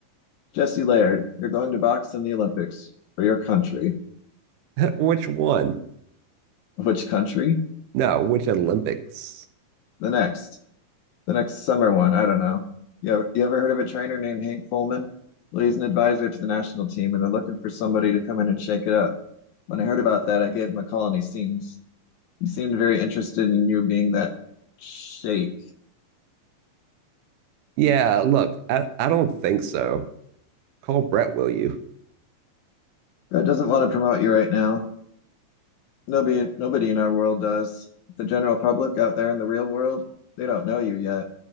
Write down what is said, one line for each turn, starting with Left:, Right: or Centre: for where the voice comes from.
Left: Jesse Laird, you're going to box in the Olympics for your country.
Right: <laughs> which one?
Left: Which country?
Right: No, which Olympics?
Left: The next. the next summer one. I don't know. You ever, you ever heard of a trainer named Hank Fulman? Well, he's an advisor to the national team, and they're looking for somebody to come in and shake it up. When I heard about that, I gave him a call, and he seems he seemed very interested in you being that shake.
Right: Yeah, look, I, I don't think so. Call Brett, will you?
Left: Brett doesn't want to promote you right now. Nobody, nobody in our world does. The general public out there in the real world, they don't know you yet.